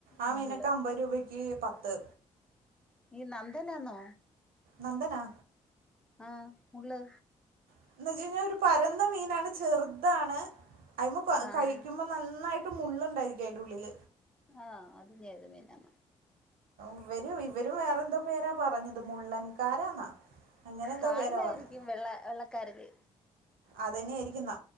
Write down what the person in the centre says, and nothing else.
മുള്ള്
ഈ നന്ദു നാെന്നോ
ആഹ് മു ള്ള്
ആ
ആഹ അത്ഞത് മി നാ
കാരാനാ
യിരിക്കും വെള്ള വെള്ളക്കരില്